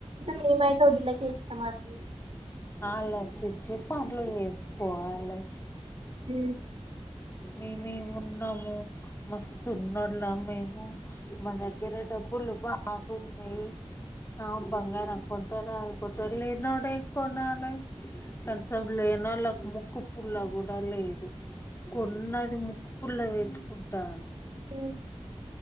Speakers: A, on the right (about 60°); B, on the left (about 20°).
A: మేమైతే వడ్డీలకే ఇస్తామండి
B: ఆలోచించి పనులు చేసుకోలలో
A: హ
B: మేమేమి ఉన్నాము మస్తుూ ఉన్నోలం మాదగ్గర డబ్బు పువ్వులు బాగున్నాయి ఆ బంగారం అనుకుంటే రాలకుండా లేనోడు ఏం కొనాలి కనీసం లేని వాళ్ళకి ముక్కుపుల్ల కూడా లేదు కొన్నాది ముక్కుపుల్ల ళ్ల పెట్టుకుంటారు ఉంటారు
A: అ